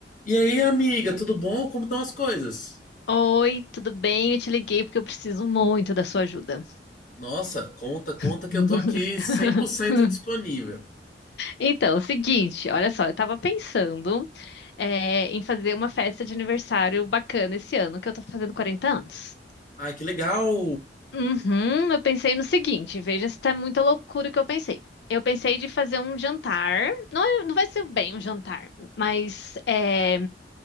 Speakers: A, on the left; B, on the left.
A: E aí, amiga, tudo bom? Como estão as coisas?
B: Oi, tudo bem? Eu te liguei porque eu preciso muito da sua ajuda.
A: Nossa, conta, conta
B: <laughs>
A: que eu tô aqui 100% disponível.
B: Então, é o seguinte, olha só, eu tava pensando, é, em fazer uma festa de aniversário bacana esse ano, que eu tô fazendo 40 anos.
A: Ai, que legal!
B: Uhum, eu pensei no seguinte, veja se tá muita loucura o que eu pensei. Eu pensei de fazer um jantar, não, é- não vai ser bem um jantar, mas é,